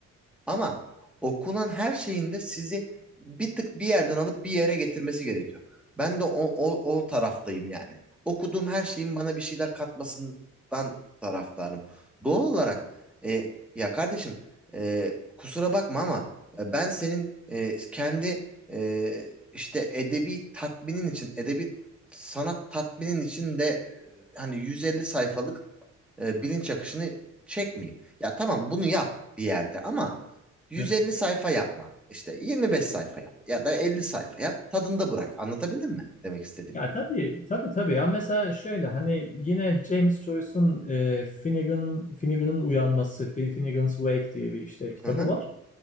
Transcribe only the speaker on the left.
Evet.
Ya tabii, tabii tabii. Ya mesela şöyle hani yine James Joyce'un e, Finnegan Finnegan'ın uyanması, Fi- Finnegan's Wake diye bir işte kitabı
var.